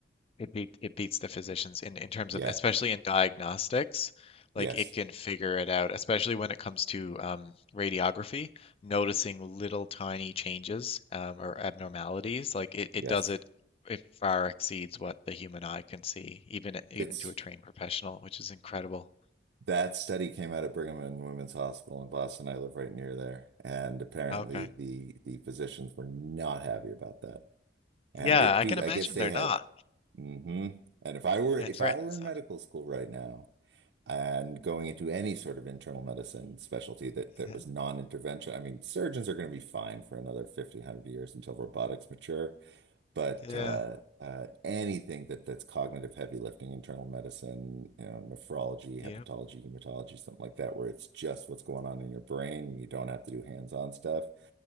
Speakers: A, on the left; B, on the right.
A: It beat it beats the physicians in in terms
B: Yeah.
A: of especially in diagnostics, like
B: Yes.
A: it can figure it out, especially when it comes to um, radiography, noticing little tiny changes um, or abnormalities. Like it, it
B: Yes.
A: does it it far exceeds what the human eye can see, even even
B: It's
A: to a trained professional, which is incredible.
B: that study came out of Brigham and Women's Hospital in Boston. I live right near there, and apparently
A: Okay.
B: the the physicians were not happy about that. And
A: Yeah,
B: it
A: I
B: beat.
A: can imagine
B: I guess they
A: they're
B: had
A: not.
B: Mm-hmm. And if I were
A: It
B: if
A: threatens
B: I were in
A: them.
B: medical school right now and going into any sort of internal medicine specialty that that
A: Yeah.
B: was non-intervention, I mean, surgeons are going to be fine for another 50, one hundred years until robotics mature. But
A: Yeah.
B: uh, uh, anything that that's cognitive heavy lifting, internal medicine, you know, nephrology,
A: Yep.
B: hepatology, hematology, something like that, where it's just what's going on in your brain, you don't have to do hands-on stuff.